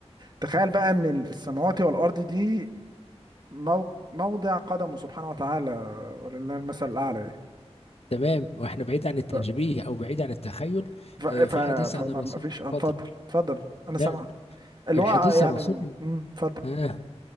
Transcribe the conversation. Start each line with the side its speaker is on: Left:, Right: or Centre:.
Right: تخيل بقى ان ال- السماوات والارض دي مو... موضع قدمه سبحانه وتعالى ولله المثل الاعلى يعني.
Left: تمام واحنا بعيد عن التشبيه
Right: ف...
Left: او بعيد عن التخيل
Right: ف... ف...
Left: آه، في حديث
Right: فما
Left: عن الرسول
Right: ما فيش
Left: اتفضل
Right: اتفضل اتفضل انا
Left: لا
Right: سامعك اللي
Left: الحديث
Right: هو يعني
Left: الرسول
Right: امم، اتفضل
Left: آه